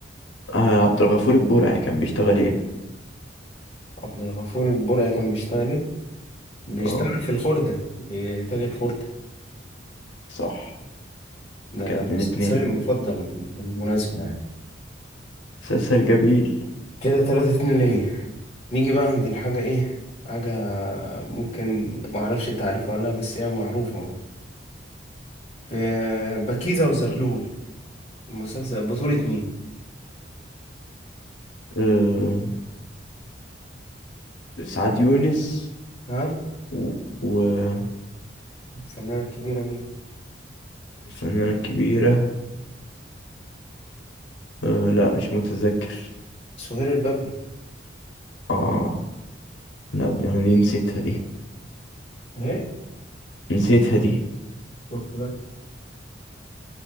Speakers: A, on the left (about 85°); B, on the left (about 35°).
A: آه عبد الغفور البرعي كان بيشتغل ايه؟
B: عبد الغفور البرعي كان بيشتغل ايه؟ بيشتغل
A: اه
B: في الخردة بتاجر خردة
A: صح
B: ده
A: كده اتنين
B: مسلسلي
A: اتنين
B: المفضل بالمناسبة يعني
A: مسلسل جميل
B: كده تلاتة اتنين ليا نيجي بقى عند الحاجة ايه؟ حاجة ممكن معرفش تعرفها ولا لأ، بس هي معروفة بقى. في بكيزة وزغلول المسلسل بطولة مين؟
A: أه سعاد يونس
B: ها؟
A: و... و-
B: الفنانة الكبيرة مين؟
A: الفنانة الكبيرة أه لا مش متذكر
B: سهير البابلي
A: اه لا دي انا دي نسيتها دي
B: ايه؟
A: نسيتها دي
B: شفت بقى